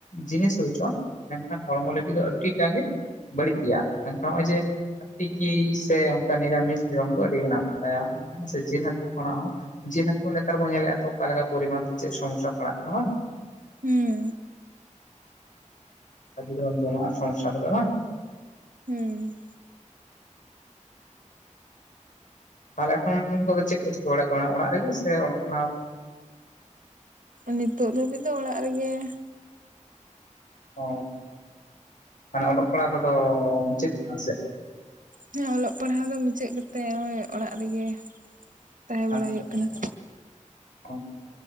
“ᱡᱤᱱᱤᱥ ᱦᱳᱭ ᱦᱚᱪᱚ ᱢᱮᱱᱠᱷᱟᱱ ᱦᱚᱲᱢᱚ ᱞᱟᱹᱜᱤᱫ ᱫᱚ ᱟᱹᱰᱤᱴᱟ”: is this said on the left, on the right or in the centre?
Left